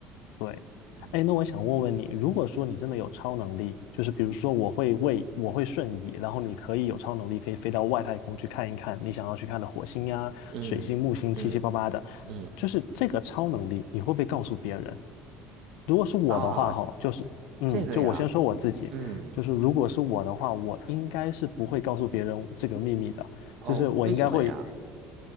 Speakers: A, on the left; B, on the right.
A: 对，
B: 嗯
A: 哎，那我想问问你，如果说你真的有超能力，就是比如说我会位，我会瞬移，然后你可以有超能力，可以飞到外太空去看一看你想要去看的火星呀、
B: 嗯嗯
A: 水星、木星，七七八八的，
B: 嗯
A: 就是这个超能力，你会不会告诉别人？如果是我的话，
B: 啊，
A: 哈，就是，嗯，
B: 这个呀，
A: 就我先说我自己，
B: 嗯
A: 就是如果是我的话，我应该是不会告诉别人这个秘密的，
B: 哦，
A: 就是我应该会
B: 为什么呀？